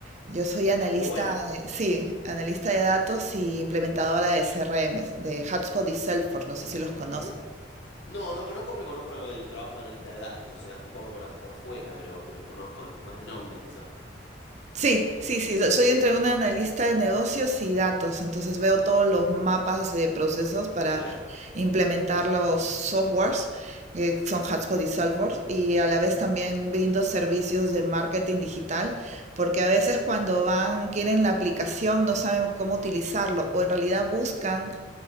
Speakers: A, on the right; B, on the left.
A: Yo soy analista,
B: Muy Soy bueno.
A: de- sí, analista de datos y implementadora de CRMs, de HubSpot y Salesforce, no sé si los conoces.
B: no sé Ujú. No, no conozco, pero conozco el trabajo de analista de datos, o sea, un poco por, a- por fuera, pero, pero lo conozco en- más de nombre, quizá. Pero,
A: Sí, sí, sí, so- soy entre una analista de negocios y datos, entonces veo todos los mapas de procesos para
B: Claro,
A: implementar los softwares, que son Hotspot y Salesforce, y a la vez también brindo servicios de marketing digital, porque a veces cuando van, quieren la aplicación, no saben cómo utilizarlo, o en realidad buscan